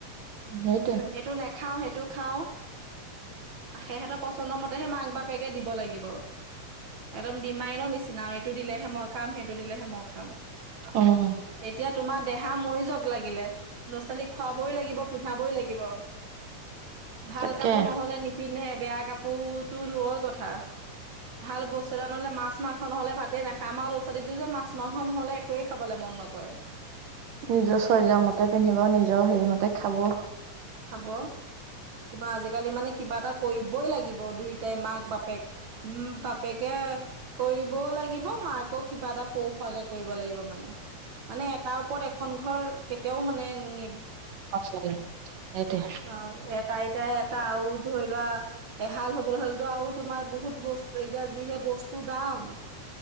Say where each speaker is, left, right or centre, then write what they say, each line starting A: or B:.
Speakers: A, on the right (about 80°); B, on the right (about 60°).
A: উম সেইটোৱে
B: এইটো নেখাও সেইটো খাওঁ। সেহেঁতৰ পচন্দ মতেহে মাক বাপেকে দিব লাগিব। একদম ডিমাইনৰৰ নিচিনা এইটো দিলেহে মই খাম সেইটো দিলেহে মই খাম।
A: উম।
B: এতিয়া তোমাৰ দেহা মৰি যাওঁক লাগিলে, ল'ৰা ছোৱালীক খুৱাবই লাগিব পিন্ধাবই লাগিব। <inaudible> ভাল
A: তাকে
B: কাপোৰ নহ'লে নিপিন্ধে, বেয়া কাপোৰতো দুয়ৈ কথা। ভাল বস্তু এটা নহলে মাছ মাংস নহলে ভাতে নাখাই, আমাৰ ল'ৰা ছোৱালীটো যে মাছ মাংস নহলে একোৱে খাবলে মন নকৰে।
A: নিজৰ ছয়ছৰ মতে পিন্ধিব, নিজৰ হেৰি মতে খাব।
B: খাব, তোমাৰ আজিকালি মানে কিবা এটা কৰিবই লাগিব দুইটাই মাক বাপেক। উম বাপেকে কৰিবও লাগিব, মাকেও কিবা এটা সৰু হোৱাকে কৰিব লাগিব মানে। মানে এটাৰ ওপৰত এখন ঘৰ কেতিয়াও মানে নি
A: পষ্টাবি সেইটোৱে।
B: আও এটা এতিয়া এটা আও ধৰি লোৱা এহাল হ'বলৈ হ'লেতো আৰু তোমাৰ বহুত বস্তু এতিয়া যিহে বস্তু দাম!